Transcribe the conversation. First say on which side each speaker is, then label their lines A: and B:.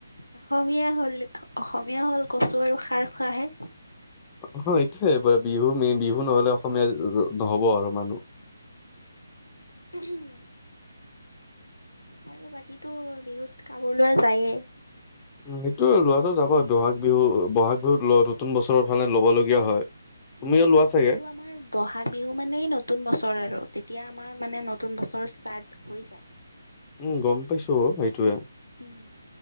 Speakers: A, on the left; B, on the left.
A: অসমীয়া হল অসমীয়া হ'ল কচু আৰু খাৰ খোৱাহে।
B: অ, এইটোয়ে বিহু মেইন বিহু নহ'লে অসমীয়া নহব আৰু মানুহ।
A: উম, আৰু বাকীতো বিহুত কামোৰ লোৱা যায়ে।
B: উম, সেইটো লোৱাটো যাব বহাগ বিহু বহাগ বিহুত নতুন বছৰৰ ফালে ল'ব লগগীয়া হয়। তুমিও
A: উম,
B: লোৱা চাগে?
A: এইটতটো আমাৰ বহাগ বিহু মানে নতুন বছৰ আৰু তেতিয়া আমাৰ মানে নতুন বছৰ ষ্টাৰ্ট হৈ যায়।
B: উম, গম পাইছো সেইটোয়ে।
A: উম,